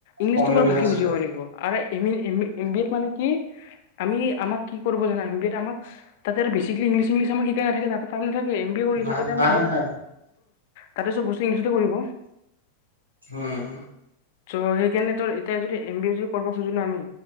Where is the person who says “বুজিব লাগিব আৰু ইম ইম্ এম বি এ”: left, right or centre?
Left